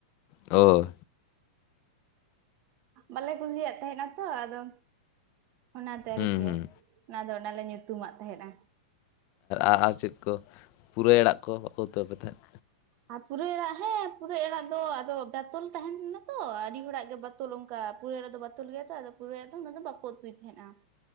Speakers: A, on the left; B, on the right.
A: ᱚ
B: ᱵᱟᱞᱮ ᱠᱩᱥᱤᱭᱟᱜ ᱛᱟᱦᱮᱸᱱᱟ ᱛᱚ ᱟᱫᱚ ᱚᱱᱟᱛᱮ
A: ᱦᱩᱸ
B: ᱟᱨᱠᱤ
A: ᱦᱩᱸ
B: ᱚᱱᱟᱫᱚ ᱚᱱᱟᱞᱮ ᱧᱩᱛᱩᱢᱟᱜ ᱛᱟᱦᱮᱱᱟ
A: ᱟᱨ ᱟᱨ ᱪᱮᱫ ᱠᱚ ᱯᱩᱨᱟᱹᱭ ᱟᱲᱟᱜ ᱠᱚ ᱵᱟᱠᱚ ᱩᱛᱩ ᱟᱯᱮ ᱛᱟᱦᱮᱸᱫ
B: ᱟᱨ ᱯᱩᱨᱟᱹᱭ ᱟᱲᱟᱜ ᱦᱮᱸ ᱯᱩᱨᱟᱹᱭ ᱟᱲᱟᱜ ᱫᱚ ᱟᱫᱚ ᱵᱮᱛᱚᱞ ᱛᱟᱦᱮᱱ ᱠᱟᱱᱟ ᱛᱚ ᱟᱹᱰᱤ ᱦᱚᱲᱟᱜ ᱜᱮ ᱵᱮᱼᱼ ᱯᱩᱨᱟᱣ ᱟᱲᱟᱜ ᱫᱚ ᱵᱟᱛᱩᱞ ᱜᱮᱭᱟ ᱛᱚ ᱟᱫᱚ ᱯᱩᱨᱟᱹᱭ ᱟᱲᱟᱜ ᱫᱚ ᱩᱱᱟᱹᱜ ᱫᱚ ᱵᱟᱠᱚ ᱩᱛᱩᱭ ᱛᱟᱦᱮᱸᱱᱟ